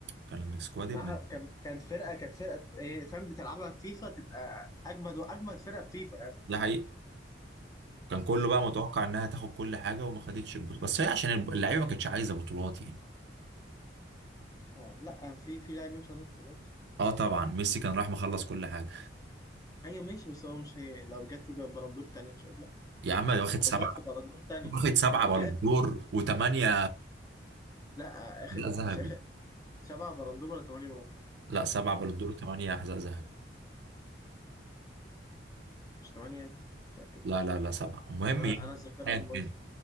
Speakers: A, on the right; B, on the left.
A: كان سكواد ابن
B: معاها كان كانت فرقه كانت فرقه إيه، فاهم بتلعبها في فيفا تبقى اجمد واجمد فرقه في فيفا يعني
A: ده حقيقي كان كله بقى متوقع انها تاخد كل حاجة وما خدتش البطولة بس هي عشان الب- اللعيبة ما كانتش عايزة بطولات يعني
B: آه لا آه، في في لعيبه مش عايزه بطولات
A: اه طبعا ميسي كان راح مخلص كل حاجة
B: ايوه ماشي بس هو مش هي لو جات له بلندور تانية مش هقول لا
A: يا عم واخد سبعة
B: هو جات له بلندور تانية
A: واخد سبعة
B: هو
A: بالون
B: جاب
A: دور وثمانية
B: لا آه، اخد
A: حذاء
B: مش
A: ذهبي
B: اخد سبعة بلندور ولا ثمانية بلندور
A: لا سبعة بالون دور وثمانية حذاء ذهبي
B: مش ثمانية يا ابني متأكد
A: لا لا لا سبعة المهم
B: انا
A: يعني
B: انا الذاكرة
A: ايا
B: عندي
A: كان
B: بايظة